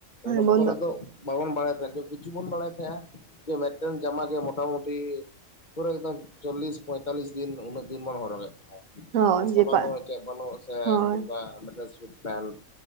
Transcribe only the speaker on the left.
ᱩᱱ ᱚᱠᱛᱚ
ᱨᱮᱫᱚ ᱵᱟᱵᱚᱱ ᱵᱟᱲᱟᱭ ᱛᱟᱦᱮᱸᱫ, ᱠᱤᱪᱷᱩ ᱵᱚᱱ ᱵᱟᱲᱟᱭ ᱛᱟᱦᱮᱸᱜ-ᱟᱸ᱾ ᱡᱮ ᱢᱮᱴᱮᱱ ᱡᱟᱢᱟ ᱜᱮ ᱢᱚᱴᱟᱢᱩᱴᱤᱼ ᱯᱩᱨᱟᱹ ᱮᱠᱫᱚᱢ ᱪᱚᱞᱞᱤᱥ ᱯᱚᱸᱭᱛᱟᱞᱞᱤᱥ ᱫᱤᱱ ᱩᱱᱟᱹᱜ ᱫᱤᱱ ᱵᱚᱱ ᱦᱚᱨᱚᱜᱮᱫ᱾
ᱚᱱᱟ
ᱥᱟᱵᱟᱵᱚ ᱵᱟᱹᱱᱩᱜ ᱪᱮᱫ ᱵᱟᱹᱱᱩᱜ ᱥᱮ
ᱠᱤᱢᱵᱟ ᱢᱤᱫᱴᱮᱱ ᱥᱩᱴ ᱯᱮᱱᱴ᱾